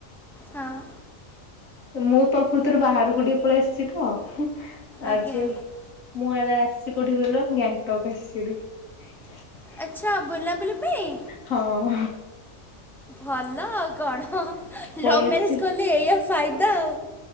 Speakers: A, in the centre; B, on the left.
A: ହଁ
B: ମୁଁ ପ୍ରକୃତରେ ବାହାରକୁ ଟିକେ ପଳେଇ ଆସିଛି ତ
A: ଆଜ୍ଞା
B: ଆଜି ମୁଁ ଆଡେ ଆସିଚି କୋଉଠି କି କହିଲ ଗ୍ୟାଙ୍ଗଟକ ଆସିଚି ହେରି
A: ଆଚ୍ଛା ବୁଲା ବୁଲି ପାଇଁ
B: ହଁ
A: ଭଲ ଆଉ କଣ ଲଭ
B: ପଳେଇ ଆସିଛି
A: ମ୍ୟାରେଜ କଲେ ଏଇଆ ଫାଇଦା ଆଉ